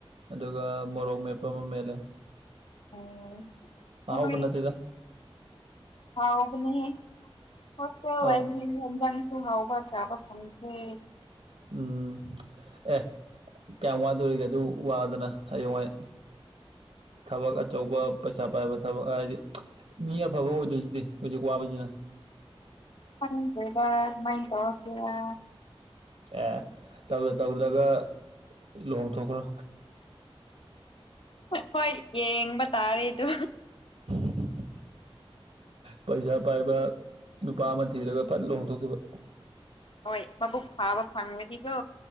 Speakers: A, on the right (about 85°); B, on the left (about 60°).
A: ꯑꯗꯨꯒ ꯃꯣꯔꯣꯛ ꯃꯦꯠꯄ ꯑꯃ ꯃꯦꯠꯂꯦ
B: ꯑꯣ
A: ꯑꯍꯥꯎꯕ
B: ꯑꯍꯣꯏ
A: ꯅꯠꯇꯦꯗ
B: ꯍꯥꯎꯕꯅꯤꯍꯦ ꯍꯣꯁꯇꯦꯜ
A: ꯑꯧ
B: ꯂꯩꯕꯅꯤꯅ ꯏꯟꯖꯥꯡꯁꯨ ꯍꯥꯎꯕ ꯆꯥꯕ ꯐꯪꯗ꯭ꯔꯦ
A: ꯎꯝ ꯑꯦ ꯀꯌꯥꯝ ꯋꯥꯗꯣꯔꯤꯒꯦ ꯑꯗꯨ ꯋꯥꯗꯅ ꯍꯌꯦꯡꯋꯥꯏ ꯊꯕꯛ ꯑꯆꯧꯕ ꯄꯩꯁꯥ ꯄꯥꯏꯕ ꯊꯕꯛ ꯍꯥꯏꯗꯤ ꯃꯤ ꯑꯐꯕ ꯑꯣꯏꯗꯣꯏꯁꯤꯗꯤ ꯍꯧꯖꯤꯛ ꯋꯥꯕꯖꯤꯅ
B: ꯈꯪꯗꯦꯗ ꯑꯗꯨꯃꯥꯏ ꯇꯧꯔꯛꯀꯦꯔꯥ
A: ꯑꯦ ꯇꯧꯗ ꯇꯧꯗ꯭ꯔꯒ ꯂꯨꯍꯣꯡꯊꯣꯛꯈ꯭ꯔꯣ
B: ꯍꯣꯏ ꯌꯦꯡꯕ ꯇꯥꯔꯦꯗꯨ
A: <unintelligible> ꯄꯩꯁꯥ ꯄꯥꯏꯕ ꯅꯨꯄꯥ ꯑꯃ ꯊꯤꯔꯒ ꯐꯠ ꯂꯣꯡꯊꯣꯛꯈꯤꯕ
B: ꯍꯣꯏ ꯃꯕꯨꯛ ꯐꯥꯕ ꯐꯪꯉꯗꯤꯀꯣ